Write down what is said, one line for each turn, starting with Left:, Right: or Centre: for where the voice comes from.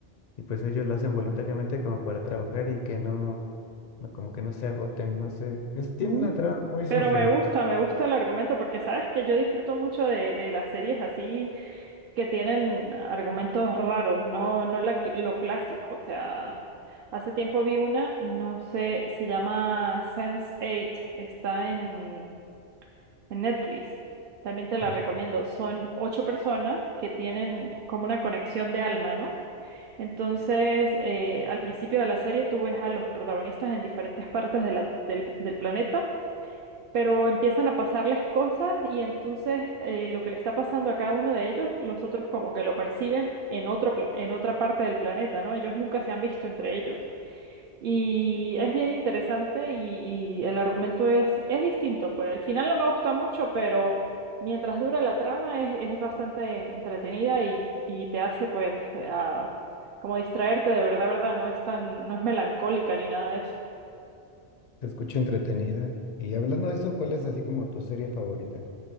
Left: y pues ellos lo hacen voluntariamente como para trabajar y que no, no como que no se agoten, no sé. Es, tiene
Right: Mm.
Left: una trama muy surrealista.
Right: Pero me gusta, me gusta el argumento porque sabes que yo disfruto mucho de, de las series así que tienen argumentos raros, no, no la cl- lo clásico. O sea, hace tiempo vi una, no sé, se llama sense Eight, está en, en Netflix. También te la
Left: Ujú.
Right: recomiendo. Son ocho personas que tienen como una conexión de alma, ¿no? Entonces, eh, al principio de la serie tú ves a los protagonistas en diferentes partes de la- del del planeta pero empiezan a pasarles cosas y entonces eh, lo que le está pasando a cada uno de ellos, los otros como que lo perciben en otro, pl- en otra parte del planeta, ¿no? Ellos nunca se han visto entre ellos. Y es bien interesante y, y el argumento es, es distinto, pues al final no me gusta mucho, pero mientras dura la trama es, es bastante entretenida y, y te hace pues ah, como distraerte de verdad, verdad, no es tan, no es melancólica ni nada de eso.
Left: Te escucho entretenida. Y hablando de eso, ¿cuál es así como tu serie favorita?